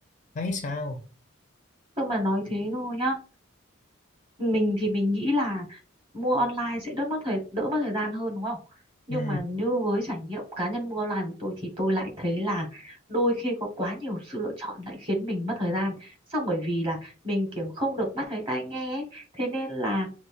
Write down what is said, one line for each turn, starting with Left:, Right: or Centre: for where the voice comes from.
Left: thấy sao
Right: cơ mà nói thế thôi nhá mình thì mình nghĩ là mua online sẽ đỡ mất thời đỡ mất thời gian hơn đúng không nhưng
Left: ừ
Right: mà như với trải nghiệm cá nhân mua online của tôi thì tôi lại thấy là đôi khi có quá nhiều sự lựa chọn lại khiến mình mất thời gian xong bởi vì là mình kiểu không được mắt thấy tai nghe ấy. thế nên là